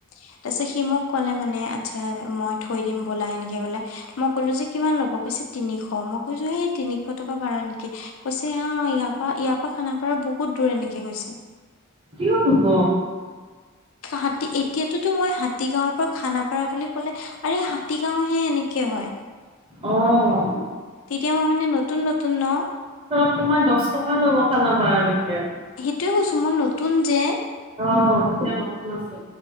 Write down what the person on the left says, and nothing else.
তাৰ পিছত সি মোক ক'লে মানে আচ্ছা মই থৈ দিম ব'লা এনেকে কলে। মই কলো যে কিমান লব কৈছে তিনিশ মই কৈছো সেই তিনিশ টকা ভাড়া নেকি। কৈছে অ' ইয়াৰ পৰাা ইয়াৰ পৰাা খানাপাৰা বহুত দূৰ এনেকে কৈছে।
হাতী এতিয়া তো মই হাতী গাঁৱৰ পৰা খানাপাৰা বুলি ক'লে আৰে হাতী গাঁও হে এনেকে হয়।
উ তেতিয়া মই মানে নতুন নতুন ন।
সেইটোয়ে কৈছো মই নতুন যে।